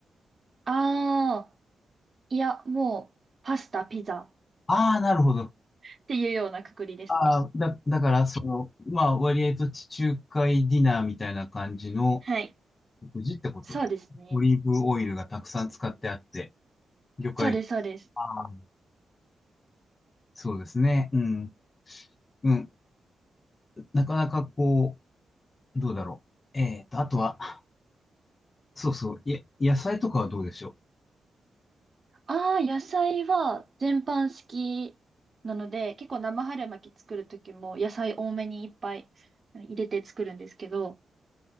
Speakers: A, on the right; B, on the left.
A: ああ、いや、もう、パスタ、ピザ
B: ああ、なるほど。
A: っていうようなくくりです。
B: ああ、だ、だから、その、まあ、割合と地中海ディナーみたいな感じの
A: はい。
B: 食事ってことで、
A: そうですね。
B: オリーブオイルがたくさん使ってあって、魚介、
A: そうです、そうです。
B: ああ、そうですね、うん、うん、なかなかこう、どうだろう。えーと、あとは、そうそう、や、野菜とかはどうでしょう。
A: ああ、野菜は全般好きなので、結構生春巻き作るときも野菜多めにいっぱい入れて作るんですけど、